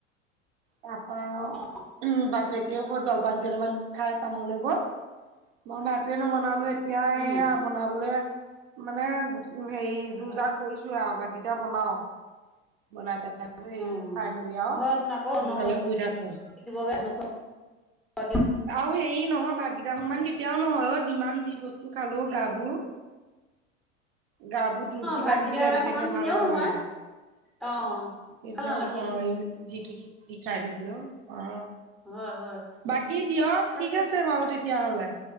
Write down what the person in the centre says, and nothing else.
অ
উম
হয়
অ
হয়
তোন আকৌ নবনাই
<unintelligible>
ভাতকেইটা
সমান
কেতিয়াও
নহয় অ',
ভাল নালাগে
সেইটোৱে
হয়, হয়।
তাকে।